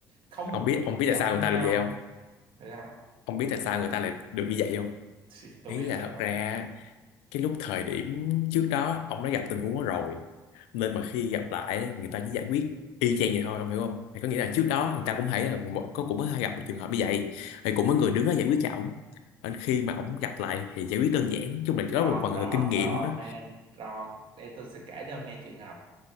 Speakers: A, on the right; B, on the left.
A: không một
B: ông biết
A: chút
B: ông
A: tức
B: biết
A: giận
B: tại sao
A: luôn
B: người ta
A: nhau
B: được vậy không
A: không Thấy không?
B: ông biết tại sao người ta lại được như vậy không
A: Xì, tôi
B: ý là
A: biết rồi
B: thật
A: không?
B: ra cái lúc thời điểm trước đó ông đã gặp tình huống đó rồi nên mà khi gặp lại người ta chỉ giải quyết y chang vậy thôi ông hiểu không thì có nghĩa là trước đó người ta cũng thấy là một- có cũng có gặp một trường hợp như vậy thì cũng có người đứng đó giải quyết cho ổng nên khi mà ổng gặp lại thì giải quyết đơn giản nói chung là
A: Ron
B: có một phần
A: Ron
B: là kinh nghiệm
A: Ron
B: á
A: man Ron để tôi sẽ kể cho ông nghe trường hợp